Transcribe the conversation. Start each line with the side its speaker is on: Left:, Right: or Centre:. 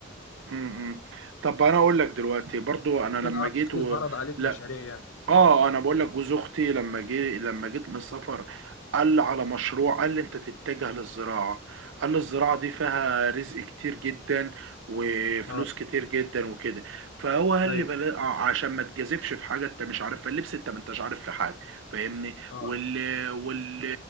Right: امم امم. طب انا اقول لك دلوقتي برضو انا
Left: اكيد
Right: لما
Left: عر-
Right: جيت
Left: اكيد
Right: و...
Left: اتعرض عليك
Right: لا
Left: مشاريع يعني
Right: اه انا بقول لك جوز اختي لما جي لما جيت من السفر قال لي على مشروع قال لي انت تتجه للزراعه قال لي الزراعه دي فيها رزق كتير جدا وفلوس
Left: اه
Right: كتير جدا وكده فهو قال
Left: ايوه
Right: لي بلا... ع- عشان ما تجازفش في حاجه انت مش عارفها اللبس انت ما انتش عارف في حاجه فاهمني
Left: اه
Right: وال... وال...